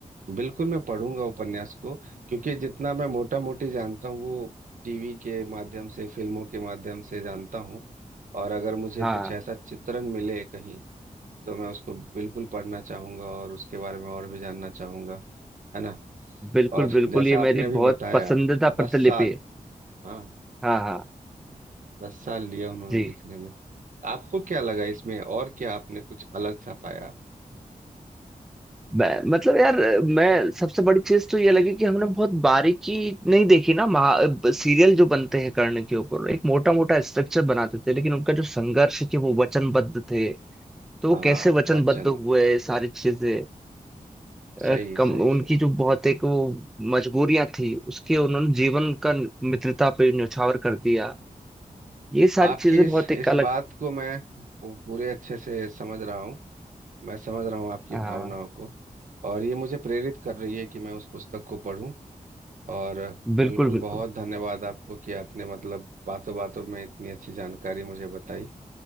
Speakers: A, on the right; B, in the centre.
A: बिल्कुल मैं पढ़ूंगा उपन्यास को क्योंकि जितना मैं मोटा मोटी जानता हूँ वो टीवी के माध्यम से फिल्मों के माध्यम से जानता हूँ और अगर मुझे
B: हाँ
A: कुछ ऐसा चित्रण मिले कहीं तो मैं उसको बिल्कुल पढ़ना चाहूंगा और उसके बारे में और भी जानना चाहूंगा है ना
B: बिल्कुल
A: और
B: बिल्कुल
A: जैसा
B: ये
A: आपने
B: मेरी
A: अभी
B: बहुत
A: बताया
B: पसंदीदा
A: दस
B: प्रतिलिपि
A: साल
B: है
A: हाँ
B: हाँ हाँ
A: दस साल लिया उन्होंने
B: जी
A: लिखने में आपको क्या लगा इसमें और क्या आपने कुछ अलग सा पाया
B: मैं, मतलब यार मैं सबसे बड़ी चीज तो ये लगी कि हमने बहुत बारीकी नहीं देखी ना महा सीरियल जो बनते हैं कर्ण के ऊपर एक मोटा मोटा स्ट्रक्चर बनाते थे लेकिन उनका जो संघर्ष है कि वो वचनबद्ध थे तो वो
A: हाँ
B: कैसे वचनबद्ध
A: बच्चन
B: हुए सारी चीजें अ,
A: सही
B: कम
A: सही
B: उनकी
A: सही
B: जो बहुत एक वो मजबूरियां थी उसके उन्होंने जीवन का मित्रता पे न्यौछावर कर दिया ये सारी
A: आपके
B: चीजें
A: इस
B: बहुत
A: इस
B: एक अलग
A: बात को मैं पू- पूरे अच्छे से समझ रहा हूँ मैं समझ रहा हूँ आपकी
B: हाँ
A: भावनाओं को और ये मुझे प्रेरित कर रही है कि मैं उस पुस्तक को पढूं और
B: बिल्कुल
A: बिल्कुल
B: बिल्कुल
A: बहुत धन्यवाद आपको कि आपने मतलब बातों बातों में इतनी अच्छी जानकारी मुझे बताई